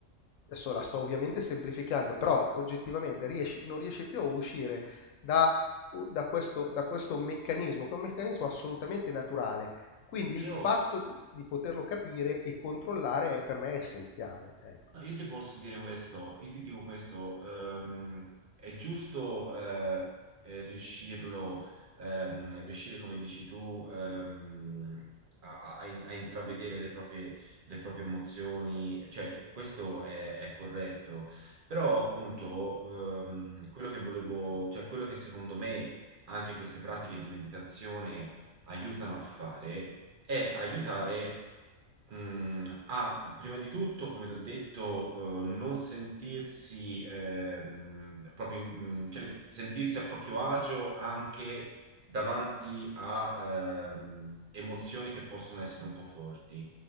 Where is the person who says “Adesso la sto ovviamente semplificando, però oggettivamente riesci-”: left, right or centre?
Left